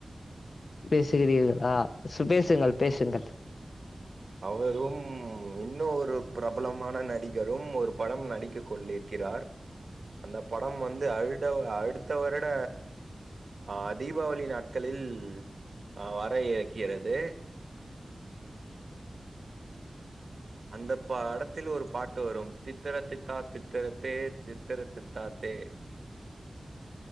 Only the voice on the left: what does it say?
பேசுகிறீர்கள் ஆஹ் சு பேசுங்கள் பேசுங்கள்